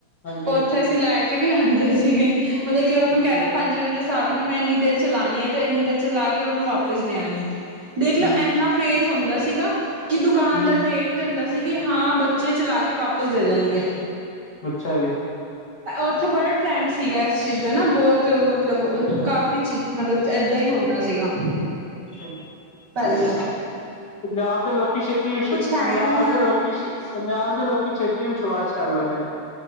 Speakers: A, on the left; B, on the right.
A: ਹਾਂਜੀ
B: ਉਹ ਉੱਥੇ ਅਸੀਂ ਲੈ ਕੇ ਵੀ ਆਉਂਦੇ ਸੀਗੇ, ਮਤਲਬ ਕਿ ਉਹਨੂੰ
A: ਅੱਛਾ
B: ਕਹਿਣਾ
A: ਜੀ
B: ਪੰਜ ਰੁਪਏ ਵਜ ਹਿਸਾਬ ਨਾਲ ਮੈਂ ਇੰਨੀ ਦੇਰ ਚਲਾਣੀ ਆ, ਤੇ ਇੰਨੀ ਦੇਰ ਚਲਾ ਕੇ, ਉਹਨੂੰ ਵਾਪਿਸ ਦੇ ਆਨੀ, ਦੇਖਲੋ
A: ਹੂੰ।
B: ਇੰਨਾ ਫੈਥ ਹੁੰਦਾ ਸੀਗਾ, ਕਿ ਦੁਕਾਨਦਾਰ
A: ਹੂੰ
B: ਦੇ ਵੀ ਦਿੰਦਾ ਸੀ। ਸੀਗੇ, ਹਾਂ ਬੱਚੇ ਚਲਾ ਕੇ ਵਾਪਿਸ ਦੇ ਦੇਣਗੇ
A: ਅੱਛਾ ਜੀ
B: ਉੱਥੇ ਬੜਾ ਟਰੈਂਡ ਸੀਗਾ, ਇਸ ਚੀਜ਼ ਦਾ ਨਾ, ਬਹੁਤ ਮਤਲਬ
A: ਅੱਛਾ
B: ਕਾਫੀ ਮਤਲਬ ਏਦਾਂ ਹੀ ਹੁੰਦਾ ਸੀਗਾ।
A: ਅੱਛਾ।
B: ਹਾਂਜੀ
A: ਪੰਜਾਬ ਦੇ ਲੋਕੀ ਛੇਤੀ,
B: ਹੈ
A: ਪੰਜਾਬ
B: ਹੀ ਨਹੀਂ
A: ਦੇ
B: ਆ
A: ਲੋਕੀ ਪੰਜਾਬ ਦੇ ਲੋਕੀ ਛੇਤੀ ਵਿਸ਼ਵਾਸ ਕਰ ਲੈਂਦੇ ਨੇ।